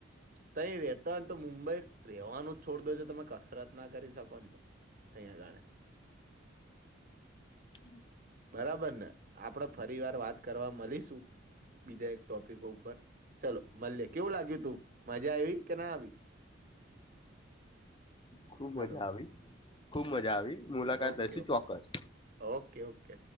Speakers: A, on the right; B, on the left.
A: તહી રતા હોય ને તો મુંબઈ રવાનું છોડ દોજો તમે કસરત ના કરી શકો ને તો તહીંયા આગાળે
B: હમ
A: બરાબર ને આપણેે ફરી વાર વાત કરવા મળીશું બીજા એક ટોપિક ઉપર ચલો મલ્ય કેવું લાગ્યું તું મજા આવી કે ના આવી <inaudible>
B: ખુબ મજા
A: હલો
B: આવી ખુબ મજા આવી મુલાકાત
A: ઓકે
B: લશ ચોક્કસ
A: ઓકે ઓકે